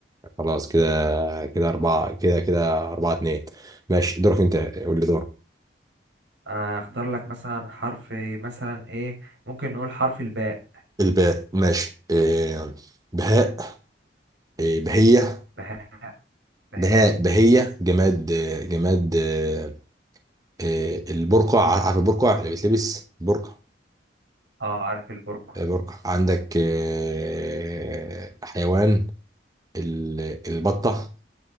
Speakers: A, on the right; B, on the right.
A: خلاص كده كده أربعة كده كده أربعة اتنين ماشي دورك أنت قول لي دورك
B: آه، اختار لك مثلا حرف مثلا ايه ممكن نقول حرف الباء
A: الباء ماشي إيه بهاء إيه، بهية
B: بها هي
A: بها بهية جماد آه، جماد آه، آه، البرقع عارف البرقع اللي بتلبس برقع
B: اه عارف البرقع
A: آه، برقع عندك آه، حيوان ال- البطة